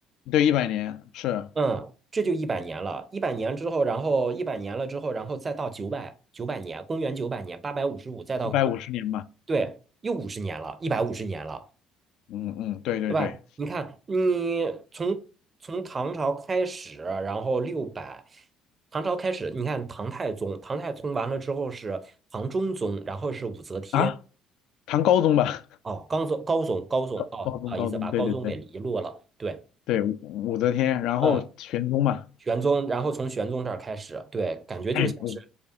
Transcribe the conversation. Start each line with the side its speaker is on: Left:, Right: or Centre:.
Left: 对，一百年，是
Right: 嗯，这就一百年了，一百年之后，然后一百年了之后，然后再到九百九百年，公元九百年，八百五十五，再到
Left: 一百五十年吧？
Right: 对，又五十年了，一百五十年了，
Left: 嗯嗯，对对对，
Right: 对吧？你看，你从从唐朝开始，然后六百，唐朝开始，你看唐太宗，唐太宗完了之后是唐中宗，然后是武则天，
Left: 啊，唐高宗吧，
Right: 哦，高宗高宗高宗，
Left: <laughs> 高高中高中，
Right: 哦，不好意思，把高宗给遗落了，
Left: 对对对
Right: 对，
Left: 对，武武则天，然后玄宗嘛，
Right: 嗯，玄宗，然后从玄宗这儿开始，对，
Left: <clears throat>
Right: 感觉就像是。
Left: 哎，我